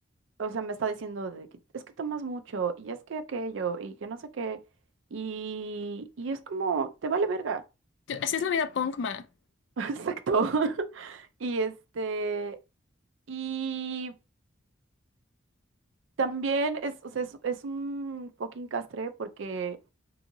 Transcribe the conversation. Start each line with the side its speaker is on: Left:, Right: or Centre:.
Right: o sea, me está diciendo de que es que tomas mucho y es que aquello y que no sé qué. Y, y es como, te vale verga.
Left: Te- Haces la vida punk, ma.
Right: <laughs> Exacto. <laughs> Y este, y también es, o sea, es, es un fucking castre porque,